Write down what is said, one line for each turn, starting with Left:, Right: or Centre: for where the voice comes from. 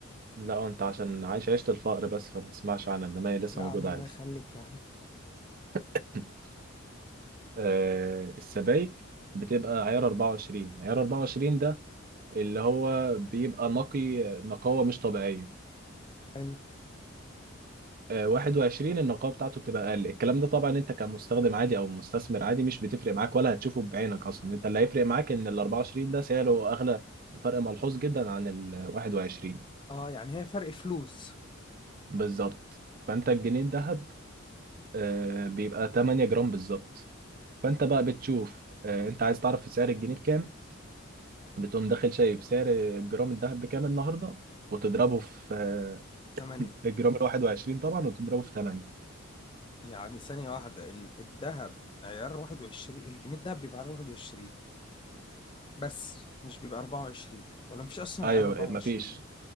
Right: لا أنت عشان عايش عيشة الفقر بس فما تسمعش عنها إنما هي لسه
Left: يا عم
Right: موجودة
Left: الله
Right: عادي
Left: يخليك يا عم
Right: <laughs> آه، السبايك بتبقى عيار 24 عيار 24 ده اللي هو بيبقى نقي نقاوة مش طبيعية
Left: حلو
Right: آه، 21 النقاوة بتاعته بتبقى أقل الكلام ده طبعا أنت كمستخدم عادي أو مستثمر عادي مش بتفرق معاك ولا هتشوفه بعينك أصلا أنت اللي هيفرق معاك إن ال 24 ده سعره أغلى بفرق ملحوظ جدا عن ال 21
Left: اه يعني هي فرق فلوس
Right: بالظبط فأنت الجنيه الذهب آه، بيبقى 8 جرام بالظبط فأنت بقى بتشوف آه، أنت عايز تعرف سعر الجنيه بكام بتقوم داخل شايف سعر الجرام الذهب بكام النهارده وتضربه في آه،
Left: تمانية
Right: الجرام ال 21 طبعا وتضربه في 8
Left: يعني ثانية واحدة ال- الذهب عيار 21 الجنيه الذهب بيبقى عيار 21 بس مش بيبقى 24 ولا مفيش أصلا
Right: ايوه
Left: عيار 24
Right: آه، مفيش